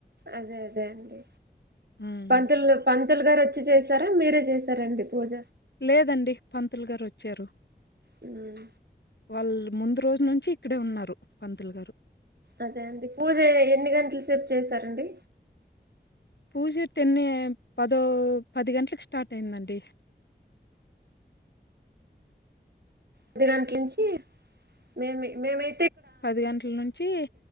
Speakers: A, on the right (about 65°); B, on the left (about 70°).
A: అదే అదే అండి
B: హ్మ్.
A: పంతులు పం పంతులు గారు వచ్చి చేశారా మీరే చేశారండి పూజ
B: లేదండి పంతులు గారు వచ్చారు
A: హ్మ్
B: వాళ్ళు ముందు రోజు నుంచి ఇక్కడే ఉన్నారు పంతులు గారు
A: అదే అండి పూజ ఎన్ని గంటల సేపు చేసారండి
B: పూజ టెన్నె పదో పది గంటలకు స్టార్ట్ అయిందండి
A: పద్ది గంటల నుంచి మే మేమై
B: పది గంటల నుంచి